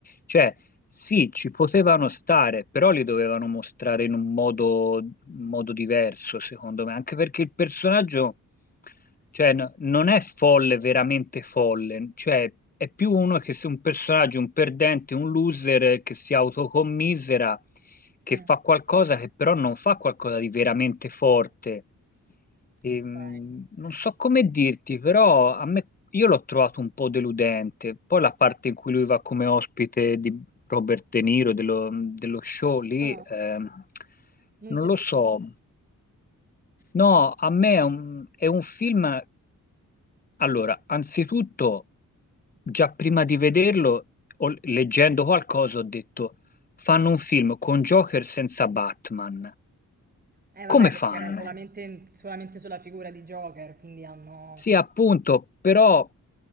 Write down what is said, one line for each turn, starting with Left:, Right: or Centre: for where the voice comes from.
Left: Cioè, sì, ci potevano stare, però li dovevano mostrare in un modo, un modo diverso, secondo me, anche perché il personaggio. Cioè, no- non è folle, veramente folle, cioè è più uno che se un personaggio, un perdente, un loser eh, che si autocommisera, che
Right: eh,
Left: fa qualcosa che però non fa qualcosa di veramente forte. Ehm,
Right: ok.
Left: non so come dirti, però a me, io l'ho trovato un po' deludente. Poi la parte in cui lui va come ospite di Robert De Niro, dello, dello show lì,
Right: Ah,
Left: ehm,
Right: non
Left: non
Right: ti è
Left: lo
Right: piaciuto?
Left: so. No, a me è un, è un film allora, anzitutto, già prima di vederlo, ho- leggendo qualcosa, ho detto, fanno un film con Joker senza Batman.
Right: Eh vabbè,
Left: Come
Right: perché
Left: fanno?
Right: era solamente, solamente sulla figura di Joker, quindi hanno...
Left: Sì,
Right: Sì.
Left: appunto, però